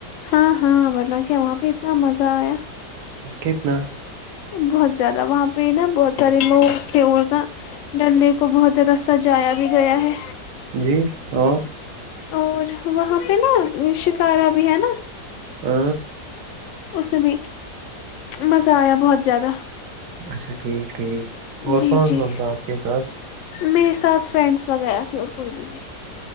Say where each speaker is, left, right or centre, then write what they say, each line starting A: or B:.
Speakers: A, on the left (about 65°); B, on the right (about 75°).
A: ہاں ہاں ورن کیا وہاں پہ اتنا مزہ آیا
B: گتنا
A: بہت زیادہ وہاں پہ نا بہت سارے لوگے اور نا ڈل لیک کو بہت زیادہ سجایا بھی گیا ہے
B: جی اور
A: اور وہاں پہ نا شکارا بھی ہے نا
B: ہ
A: اس میں بھی مزہ آیا بہت زیادہ
B: اچھا ٹھیک ہے جٹھیک اور
A: جی
B: کون
A: جی
B: کون تھا آپ کے ساتھ
A: میرے ساتھ فرینڈس وغیرہ تھے اور کوئی بھی نہیں